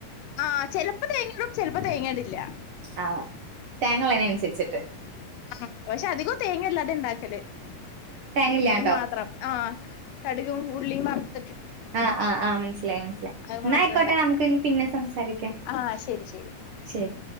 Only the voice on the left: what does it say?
ആഹ് ചെലപ്പോ തേങ്ങിടും ചെലപ്പോ തേങ്ങടില്ല.
ആ പക്ഷെ അധികം തേങ്ങില്ല ത്ണ്ടാക്കല്
അത് മാത്രം ആ കടുകും ഉള്ളിയും വ
അത്
മാത്രം ഉണ്ടാക്കുന്നേ
ആ ശരി ശരി